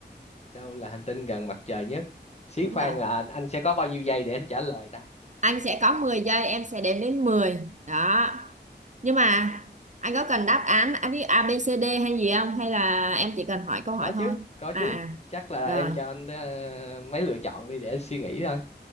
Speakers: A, on the left; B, on the right.
A: đâu là hành tinh gần mặt trời nhất xí
B: Đúng
A: khoan
B: rồi.
A: là anh sẽ có bao nhiêu giây để anh trả lời ta
B: Anh sẽ có 10 giây, em sẽ đếm đến 10. Đó. Nhưng mà anh có cần đáp án anh biết A B C D hay gì không hay là em chỉ cần hỏi câu hỏi
A: có chứ
B: thôi?
A: có
B: À
A: chứ
B: à.
A: chắc là
B: Rồi,
A: em cho anh ờ, mấy lựa chọn đi để anh suy nghĩ thôi